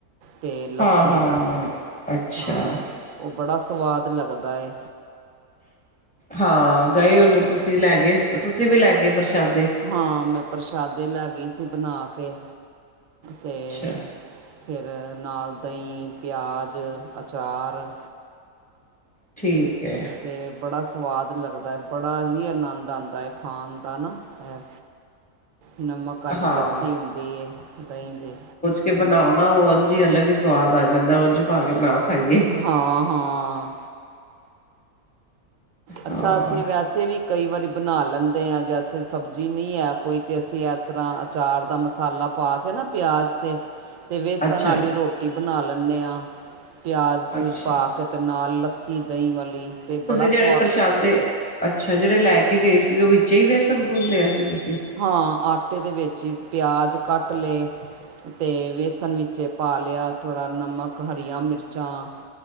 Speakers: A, on the right; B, in the centre.
A: ਤੇ ਲੱਸੀ
B: ਹਾਂ ਹਾਂ
A: ਦਾ।
B: ਅੱਛਾ
A: ਹਾਂ। ਉਹ ਬੜਾ ਸਵਾਦ ਲੱਗਦਾ ਏ।
B: ਹਾਂ ਗਏ ਹੋਨੇ ਤੁਸੀਂ ਲੈ ਗਏ ਤੁਸੀਂ ਵੀ ਲੈ ਗਏ ਪ੍ਰਸ਼ਾਦੇ।
A: ਹਾਂ ਮੈਂ ਪ੍ਰਸ਼ਾਦੇ ਲੈ ਗਈ ਸੀ ਬਣਾ ਕੇ ਤੇ
B: ਅੱਛਾ
A: ਫਿਰ ਨਾਲ ਦਹੀਂ ਪਿਆਜ਼ ਅਚਾਰ।
B: ਠੀਕ ਹੈ।
A: ਤੇ ਬੜਾ ਸਵਾਦ ਲੱਗਦਾ ਹੈ ਬੜਾ ਹੀ ਆਨੰਦ ਆਉਦਾਂ ਹੈ ਖਾਣ ਦਾ ਨਾ ਇਹ ਨਮਕ ਵਾਲੀ
B: ਹਾਂ
A: ਲੱਸੀ ਹੁੰਦੀ ਹੈ ਦਹੀਂ ਦੇ।
B: ਕਿ ਬਣਾਓ ਨਾ ਉਹ ਉਂਜ ਈ ਅਲੱਗ ਹੀ ਸਵਾਦ ਆ ਜਾਂਦਾ ਹੈ ਜੀ ਭਾਵੇਂ ਨਾ ਖਾਈਏ
A: ਹਾਂ ਹਾਂ ਅੱਛਾ
B: ਹਾਂ
A: ਅਸੀਂ ਵੈਸ ਅਸੀਂ ਵੀ ਕਈ ਵਾਰੀ ਬਣਾ ਲੈਂਦੇ ਹਾਂ ਜੇੈਸੇ ਸਬਜ਼ੀ ਨਹੀਂ ਹੈ ਕੋਈ ਤਾਂ ਅਸੀਂ ਇਸ ਤਰ੍ਹਾਂ ਚਾਰ ਦਾ ਮਸਾਲਾ ਪਾ ਕੇ ਨਾ ਪਿਆਜ਼ ਤੇ ਤੇ ਵੇਸਣ
B: ਅੱਛਾ
A: ਵਾਲੀ ਰੋਟੀ ਬਣਾ ਲੈਂਣੇ ਹਾਂ। ਪਿਆਜ਼ ਪਿਊਜ
B: ਅੱਛਾ
A: ਪਾ ਕੇ ਅਤੇ ਨਾਲ ਲੱਸੀ ਦਹੀਂ ਵਾਲੀ ਤੇ ਬੜਾ
B: ਤੁਸੀਂ
A: ਸ
B: ਜਿਹੜੇ ਪ੍ਰਸ਼ਾਦ ਦੇ ਅੱਛਾ ਜਿਹੜੇ ਲੈ ਕੇ ਗਏ ਸੀ ਉਹ ਵਿੱਚ ਹੀ ਵੇਸਣ ਗੁੰਨ ਲਿਆ ਸੀ ਤੁਸੀਂ
A: ਹਾਂ ਆਟੇ ਦੇ ਵਿੱਚ ਈ ਪਿਆਜ਼ ਕੱਟ ਲਏ। ਤੇ ਵੇਸਣ ਵਿੱਚ ਪਾ ਲਿਆ ਥੋੜ੍ਹਾ ਨਮਕ ਹਰੀਆਂ ਮਿਰਚਾਂ